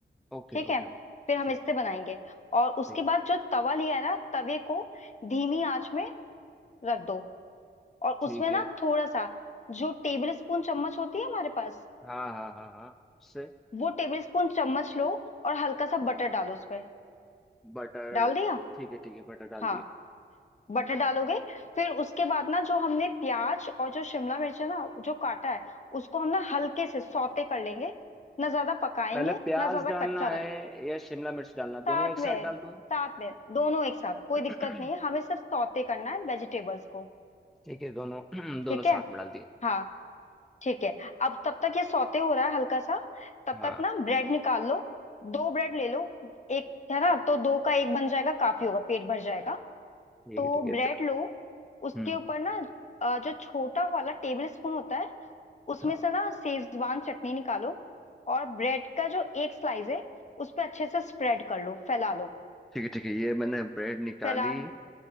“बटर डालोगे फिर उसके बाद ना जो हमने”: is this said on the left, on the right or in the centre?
Left